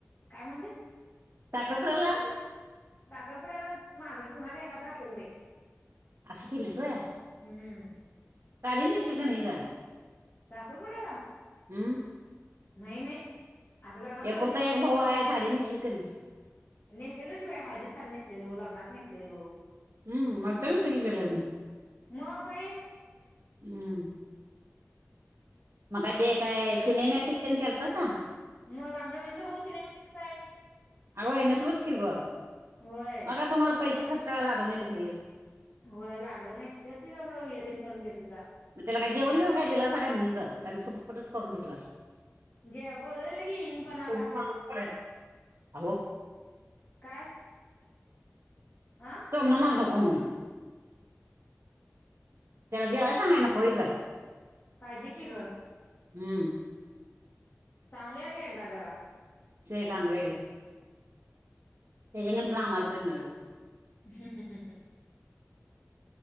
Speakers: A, on the left; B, on the right.
A: काय म्हणलीस?
B: साखरपुड्याला.
A: साखरपुड्यालाच माझा जुना लेंगात घातलेलो बाई
B: आस केलीस व्हय
A: हम्म.
B: साडी नेसल कनी गं
A: साखरपुड्याला
B: हम्म
A: नाही नाही आता लग्नात
B: एकूलता
A: साडी नेसणार होतो
B: एक
A: म्हण
B: भाऊ हाय साडी नेसल कनी
A: नेसलेलो की बाई हळदीत साडी नेसलेलो लग्नात नेसलेलो.
B: हम्म मोठ्यात होतं की गं लग्न
A: मग बाई
B: हम्म म ते काय सिनेमॅटिक तेन केलतासा?
A: म आमच्या वहिनीचा बाऊ सिनेमॅटिक हाय आणि
B: अगं होय नशीबच की गं
A: व्हय
B: म तुम्हाला पैसे खर्च करायला लागले नाइत बाहेर
A: व्हय लागलं नाइत त्याच वेळी व्हिडिओ तेन करून देत होता.
B: म त्याला काय जेवण बिवन काय दिलासा का नुसतं का तो फुकटच करून घेतला.
A: जे बोलवलेलं की इनपणाला
B: <unintelligible> आहो
A: काय आ
B: तोमण मार नको म्हण त्याला जेवाय सांगाय नको व्हय गं
A: पाहिजे की ग.
B: हम्म.
A: सांगुया घे एकदा जरा.
B: स सांगुया घे. त्याच्या निमतान आम्हाला तरी मिळल.
A: <unintelligible>